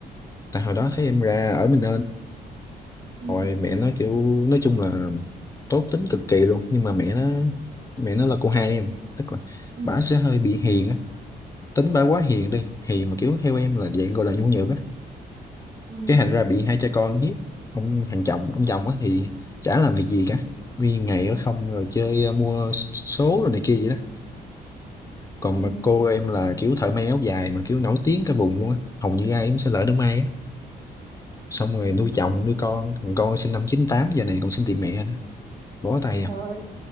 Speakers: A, on the left; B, on the right.
A: tại hồi đó thấy em ra ở mình
B: ừ.
A: rồi mẹ nó kiểu nói chung là tốt tính cực kỳ luôn nhưng mà mẹ nó mẹ nó là cô hai em tức là
B: Ừ.
A: bả sẽ hơi bị hiền á tính bả quá hiền đi hiền mà kiểu theo em là dạng gọi là nhu nhược á
B: Ừ,
A: cái thành ra bị hai cha con hiếp ông hàng chồng ông chồng á thì chả làm việc gì cả đi ngày ở không rồi chơi ờ, mua số rồi này kia vậy đó còn
B: ừ.
A: mà cô em là kiểu thợ may áo dài mà kiểu nổi tiếng cả vùng luôn á hầu như ai cũng sẽ lỡ đám may á xong rồi nuôi chồng nuôi con thằng con sinh năm chín tám giờ này còn xin tiền mẹ nữa bó tay à
B: Trời ơi,